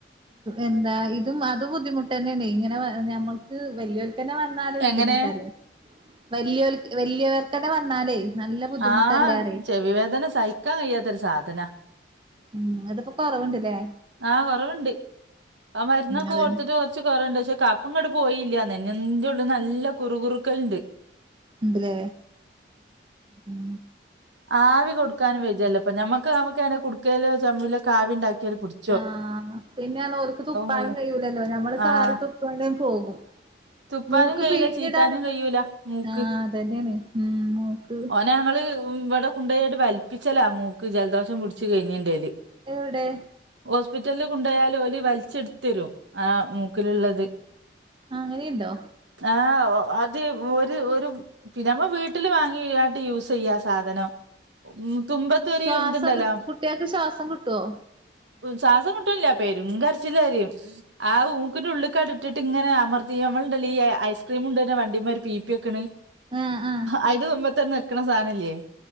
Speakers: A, on the right; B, on the right.
A: എന്താ ഇതും അതും ബുദ്ധിമുട്ട് തന്നെയാണെ ഇങ്ങനെ ഞമ്മൾക്ക് വെല്ലിയോൽക്കെന്നെ വ ന്നാലും
B: എങ്ങനെ
A: ബുദ്ധിമുട്ടല്ലേ വല്ല്യോ വലിയവർക്കെന്നെ വന്നാലേ, നല്ല ബുദ്ധിമുട്ടല്ലേ
B: ആഹ്
A: പറയ്
B: ചെവി വേദന സഹിക്കാൻ കഴിയാത്തൊരു സാധനാ,
A: ഉം ഇങ്ങട്ട്പ്പൊ കുറവുണ്ട്ല്ലേ,
B: ആഹ് കൊറവുണ്ട്, ആ മരുന്നൊക്കെ
A: അതന്നെ
B: കൊടുത്തിട്ട്, കൊർച്ച് കുറവുണ്ട് പക്ഷെ കഫങ്ങട്ട് പോയില്ല നെഞ്ഞ്ന്റെള്ള്ന്ന് നല്ല കുറ് കുറുക്കല്ണ്ട്,
A: ഉണ്ട്ലേ ഉം
B: ആവി കൊടുക്കാനും വയ്യല്ലോ ഇപ്പൊ നമ്മക്ക് നമുക്ക് കുട്ക്കയിലോ ചെമ്പിലോക്കാവി ഉണ്ടാക്കിയ പിടിച്ച
A: ആഹ് പിന്നെറന്നോൽക്ക് തുപ്പാനും
B: വയ്യ
A: കയ്യൂലല്ലോ ഞമ്മള്
B: ആഹ്
A: കാറി തുപ്പൂണോണ്ട് പോകും,
B: തുപ്പാനും
A: മൂക്ക്
B: കഴിയില്ല
A: പിഴ്ഞ്ഞിടാനും,
B: ചീത്താനും കഴിയൂല മൂക്ക്
A: ആഹ് അതന്നെയാണ്, ഉം മൂക്ക്,
B: ഓനെ ഞങ്ങള് ഇവിടെ കുണ്ടോയാട്ട് വലിപ്പിച്ചലാ മൂക്ക് ജലദോഷം പിടിച്ച് കഴിഞ്ഞിണ്ടേല്,
A: എവിടെ?
B: ഹോസ്പിറ്റലിൽ കൊണ്ടോയാൽ ഓല് വലിച്ചെടുത്തരും ആ മൂക്കിലുള്ളത്,
A: അങ്ങനെയുണ്ടോ?
B: ആഹ് അത് ഒരു ഒരു പിന്നെ നമ്മള് വീട്ടിൽ വാങ്ങിയിട്ട് യൂസ് ചെയ്യാം, സാധനം ഉം തുമ്പത്തൊര്
A: ശ്വാസം
B: ഇതുണ്ടല്ലോ,
A: കി കുട്ട്യേക്ക് ശ്വാസം കിട്ടോ
B: ശ്വാസം കിട്ടുന്നില്ല പെരും കരച്ചില് കരയും അത് മൂക്കിന്റെ ഉള്ള്ക്കാട് ഇട്ടിട്ട്ങ്ങനെ അമർത്തി നമ്മളുണ്ടല്ലോ ഈ ഐസ്ക്രീം കൊണ്ട്ര്ന്നെ വണ്ടിമര് പീപ്പിവെക്കണ്,
A: ആഹ് ആഹ്
B: അയ്ന്റെ തുമ്പത്തൊരു നെക്ക്ണ സാധനല്ലേ